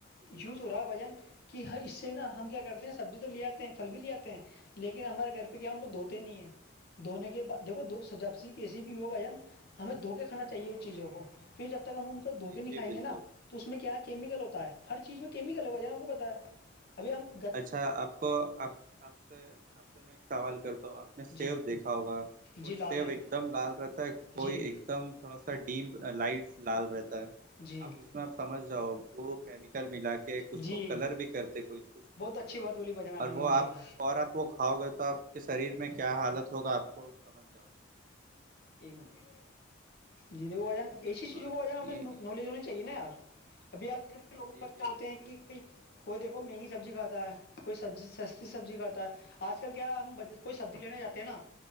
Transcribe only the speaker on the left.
س وز ہو رہا ہے وجن کہ اس سے نا ہم کیا کرتے ہیں سبزی تو لے آتے ہیں پھل بھی لے آتے ہیں لیکن ہمارے گھر پہ کیا ان کو دھوتے
نہیں ہیں دھونے کے بعد دیکھو سجاپسی کیسی بھی ہو بھان ہمیں دھو کے کھانا چاہیے اس چیزوں کو پھر جب تک ہم ان کو دھوکےکھائیں
گے نا تو اس میں کیا ہے کیمیکل ہوتا ہے ہر چیز میں کیمل ہےج نا بتا ہے ابھی ہم کو
جی
جی لال
ہیں
جی
جی
جی
بہت اچھی
بات بولی بھائی جان
نے
ماشاء
اللہ
ایک مٹ جی د بجان ایسی چیزوں
کو بجانا ہمیں
نالج ہونی چاہیے نا یار ابھی آج کل کے لوگوں
کو
چاہتے
ہیں کہ کوئی کوئی دیکو مہنگی سبزی کھاتا ہے کوئی سبزی سستی سبزی کھاتا ہے آج کل کیا ہم کوئی سبزی لینے جاتے ہیں نا